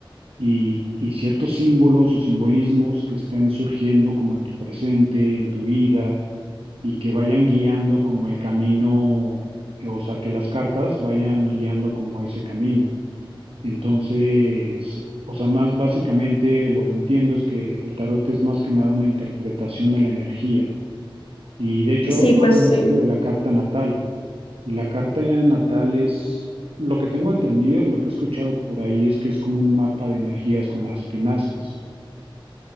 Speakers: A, on the right; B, on the left.
A: y, y ciertos símbolos o simbolismos que están surgiendo como en tu presente, en tu vida, y que vayan guiando como el camino, o sea, que las cartas vayan guiando como ese camino. Entonces, o sea, más básicamente lo que entiendo es que el tarot es más que nada una interpretación de la energía. Y de hecho,
B: Sí, pues
A: tú hablaste
B: sí.
A: de la carta natal. Y la carta natal es, lo que tengo entendido, lo que he escuchado por ahí es que es como un mapa de energías con las que naces.